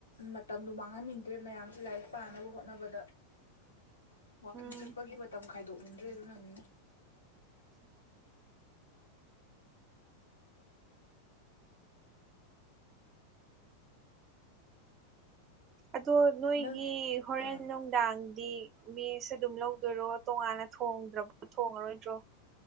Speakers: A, on the left; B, on the right.
A: ꯃꯇꯝꯗꯣ ꯃꯥꯡꯍꯟꯅꯤꯡꯗ꯭ꯔꯦ ꯃꯌꯥꯝꯁꯦ ꯂꯥꯏꯔꯤꯛ ꯄꯥꯅꯕ ꯍꯣꯠꯅꯕꯗ ꯋꯥꯛꯀꯤꯡ
B: ꯎꯝ
A: ꯆꯠꯄꯒꯤ ꯃꯇꯝ ꯈꯥꯏꯗꯣꯛꯅꯤꯡꯗ꯭ꯔꯦ ꯑꯗꯨꯅꯅꯤꯅꯦ
B: <inaudible> ꯑꯗꯣ ꯅꯣꯏꯒꯤ
A: ꯅꯪ
B: ꯍꯣꯔꯦꯟ
A: ꯑꯥ
B: ꯅꯨꯡ- ꯗꯥꯡꯗꯤ ꯃꯦꯁ ꯑꯗꯨꯝ ꯂꯧꯗꯣꯏꯔꯣ ꯇꯣꯉꯥꯟꯅ ꯊꯣꯡꯗ꯭ꯔꯕ ꯊꯣꯡꯉꯔꯣꯏꯗ꯭ꯔꯣ